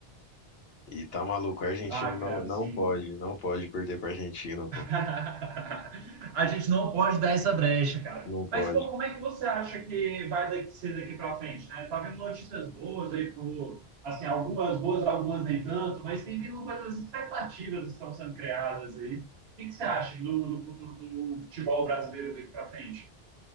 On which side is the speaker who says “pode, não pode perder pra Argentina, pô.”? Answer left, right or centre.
Left